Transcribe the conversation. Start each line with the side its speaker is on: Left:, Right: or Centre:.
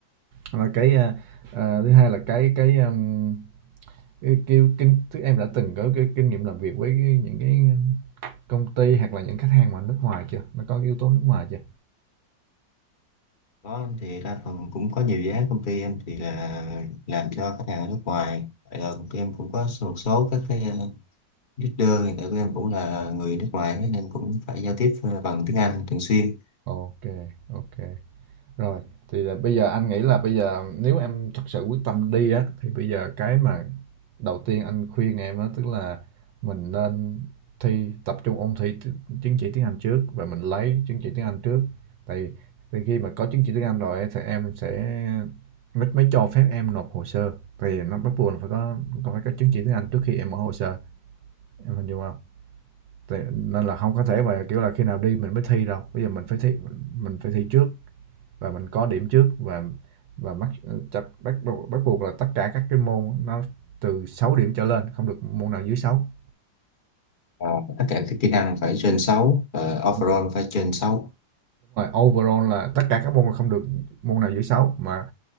Right: là cái ờ, ờ, thứ hai là cái cái um, cái, kinh thứ em đã từng có cái kinh nghiệm làm việc với cái, những cái công ty hoặc là những khách hàng mà nước ngoài chưa nó có cái yếu tố nước ngoài chưa
Left: có anh thì đa phần cũng có nhiều dự án công ty em thì là làm cho khách hàng ở nước ngoài Vậy là công ty em cũng có một số các cái ờ, leader hiện tại của em cũng là người nước ngoài ấy, nên cũng phải giao tiếp ờ, bằng tiếng Anh thường xuyên
Right: ok ok Rồi, thì là bây giờ anh nghĩ là bây giờ nếu em thật sự quyết tâm đi á thì bây giờ cái mà đầu tiên anh khuyên em á tức là mình nên thi tập trung ôn thi t- chứng chỉ tiếng Anh trước và mình lấy chứng chỉ tiếng Anh trước. Tại thì khi mà có chứng chỉ tiếng Anh rồi ấy, thì em sẽ mới, mới cho phép em nộp hồ sơ. Thì nó bắt buộc là phải có còn phải có chứng chỉ tiếng Anh trước khi em mở hồ sơ. Em hình dung không? Thì, nên là không có thể mà kiểu là khi nào đi mình mới thi đâu. Bây giờ mình phải thi mình phải thi trước và mình có điểm trước và và mắc chặt bắt buộc bắt buộc là tất cả các cái môn nó từ 6 điểm trở lên không được môn nào dưới sáu
Left: à, tất cả các kỹ năng phải trên 6, và
Right: Đúng
Left: overall
Right: rồi.
Left: phải trên sáu
Right: overall là tất cả các môn là không được môn nào dưới 6 mà